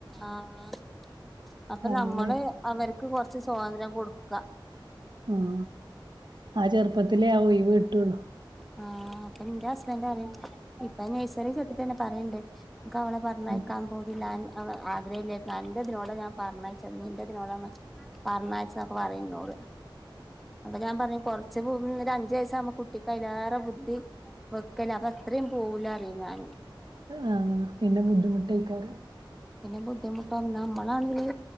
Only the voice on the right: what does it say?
അങ്ങനെയൊക്കെ
ഉം ആ ചെറുപ്പത്തിലേ ആ ഒഴിവ് കിട്ടുള്ളു.
ഉം
ആ പിന്നെ ബുദ്ധിമുട്ട് എയ്ക്കാരം-